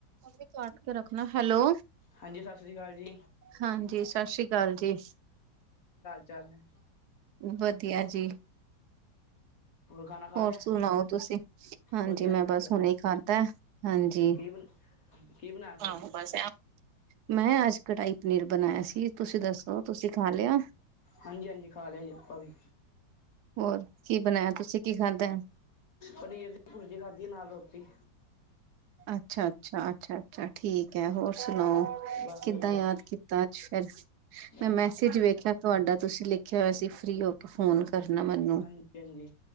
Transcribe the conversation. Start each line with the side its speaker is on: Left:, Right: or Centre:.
Right: ਕਟ ਕੇ ਰੱਖਣਾ। ਹੈਲੋ,
Left: ਹਾਂਜੀ ਸਤਿ ਸ੍ਰੀ ਅਕਾਲ ਜੀ
Right: ਹਾਂਜੀ। ਸਤਿ ਸ੍ਰੀ ਅਕਾਲ ਜੀ।
Left: ਚੱਲੇ।
Right: ਵਧੀਆ ਜੀ।
Left: ਖਾਣਾ ਖਾ
Right: ਹੋਰ
Left: ਲਿਆ
Right: ਸੁਣਾਓ ਤੁਸੀਂ, ਹਾਂਜੀ।
Left: ਵਧੀਆ
Right: ਮੈਂ
Left: ਜੀ ਵਧੀਆ
Right: ਬਸ ਹੁਣੇ ਖਾਧਾ। ਹਾਂਜੀ।
Left: ਅੱਛਾ ਕੀ -ਕੀ ਬਣਾ ਸੀ
Right: ਆਹੋ
Left: ਅੱਜ।
Right: ਬਸ ਮੈਂ ਅੱਜ ਕੜਾਈ ਪਨੀਰ ਬਣਾਇਆ ਸੀ। ਤੁਸੀਂ ਦੱਸੋ। ਤੁਸੀਂ ਖਾ ਲਿਆ
Left: ਹਾਂਜੀ- ਹਾਂਜੀ ਖਾ ਲਿਆ ਜੀ, ਆਪਾਂ ਵੀ।
Right: ਹੋਰ ਕੀ ਬਣਾਇਆ। ਤੁਸੀਂ ਕੀ ਖਾਂਦੇ ਹੋ।
Left: ਪਨੀਰ ਦੀ ਭੁਰਜੀ ਖਾਧੀ ਨਾਲ ਰੋਟੀ।
Right: ਅੱਛਾ ਅੱਛਾ ਅੱਛਾ ਅੱਛਾ ਠੀਕ ਹੈ ਹੋਰ। ਸੁਣਾਓ
Left: ਬਸ
Right: ਕਿੱਦਾਂ
Left: ਵਧੀਆ
Right: ਯਾਦ ਕੀਤਾ ਅੱਜ ਫਿਰ
Left: ਬਸ
Right: ਮੈਂ ਮੈਸੇਜ ਵੇਖਿਆ ਤੁਹਾਡਾ। ਤੁਸੀਂ ਲਿਖਿਆ ਹੋਇਆ ਸੀ ਫਰੀ ਹੋ। ਫੋਨ ਕਰਨਾ ਮੈਨੂੰ
Left: ਹਾਂਜੀ ਹਾਂਜੀ